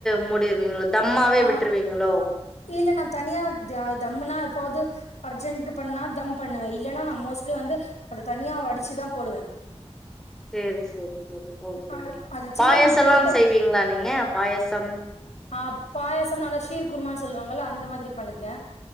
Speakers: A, in the centre; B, on the left.
A: மூடிருவீங்ளோ தம்மாவே
B: ஆமா
A: விட்டுருவீங்ளோ
B: இல்ல நா தனியா த தம்மெல்லா எப்பயாது அர்ஜன்ட்டு பண்ணா நா தம் பண்ணுவன் இல்லனா நா மோஸ்ட்லி வந்து அத தனியா வடிச்சுதா போடுவன்
A: சேரி சேரி சேரி ஓகேங்
B: ஆ அது சிக்கன்
A: பாயாசல்லாம்
B: போட்டு
A: செய்வீங்ளா நீங்க பாயாசம்
B: ஆ பாயாசோ நல்லா கீர் குருமான்னு சொல்லுவாங்கள்ள அந்த மாரி பண்ணிருக்கேன்